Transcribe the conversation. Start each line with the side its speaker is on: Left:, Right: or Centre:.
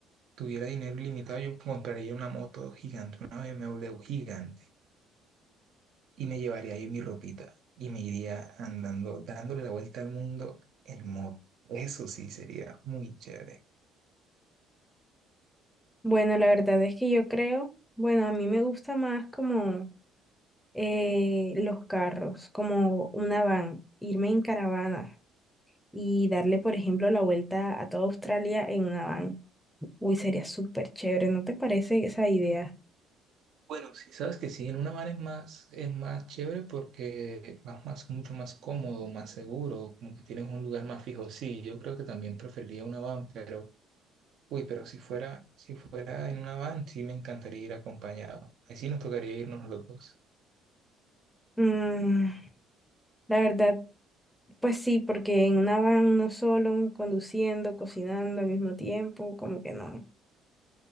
Right: tuviera dinero ilimitado, yo compraría una moto gigante, una BMW gigante, y me llevaría ahí mi ropita y me iría andando, dándole la vuelta al mundo en moto. Eso sí sería muy chévere.
Centre: Bueno, la verdad es que yo creo, bueno, a mí me gusta más como... eh, los carros como una van, irme en caravana y darle, por ejemplo, la vuelta a toda Australia en una van. Uy, sería súper chévere, ¿no te parece esa idea?
Right: Bueno, sí, sabes que sí, en una van es más, es más chévere porque vas más, mucho más cómodo, más seguro, como que tienes un lugar más fijo. Sí, yo creo que también preferiría una van, pero Uy, pero si fuera, si fuera en una van, sí me encantaría ir acompañado. Ahí sí nos tocaría irnos los dos.
Centre: Mm, la verdad, pues sí, porque en una van uno solo, conduciendo, cocinando al mismo tiempo, como que no.